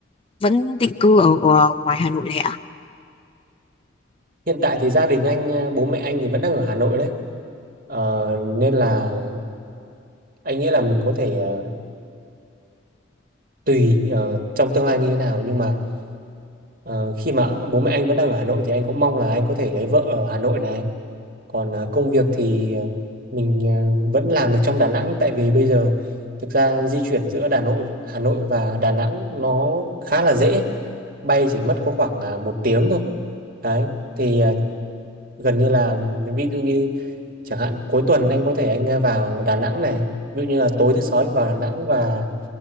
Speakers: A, on the left; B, on the right.
A: vẫn định cư ở, ở ngoài Hà Nội này ạ?
B: Hiện tại thì gia đình anh, ờ, bố mẹ anh thì vẫn đang ở Hà Nội đấy. Ờ, nên là anh nghĩ là mình có thể ờ, tùy ờ, trong tương lai như thế nào nhưng mà ờ, khi mà bố mẹ anh vẫn đang ở Hà Nội thì anh cũng mong là anh có thể lấy vợ ở Hà Nội này. Còn ờ, công việc thì ờ, mình ờ, vẫn làm được trong Đà Nẵng tại vì bây giờ thực ra di chuyển giữa Đà Nội, Hà Nội và Đà Nẵng nó khá là dễ bay chỉ mất có khoảng à, một tiếng thôi đấy thì à, gần như là ví dụ như chẳng hạn cuối tuần anh có thể anh à, vào Đà Nẵng này ví dụ như là tối thứ sáu anh vào Đà Nẵng và